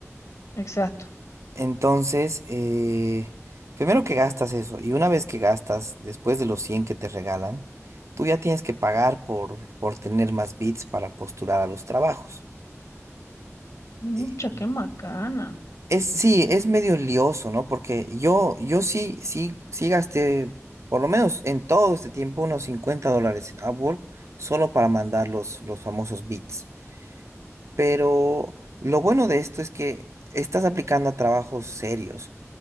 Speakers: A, on the left; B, on the right.
A: Exacto.
B: Entonces, eh, primero que gastas eso, y una vez que gastas, después de los 100 que te regalan, tú ya tienes que pagar por, por tener más bits para postular a los trabajos.
A: Mucha,
B: Eh,
A: qué macana.
B: Es, sí, es medio lioso, ¿no? Porque yo, yo sí, sí, sí gasté, por lo menos en todo este tiempo, unos 50 dólares en Upwork solo para mandar los, los famosos bits. Pero lo bueno de esto es que estás aplicando a trabajos serios.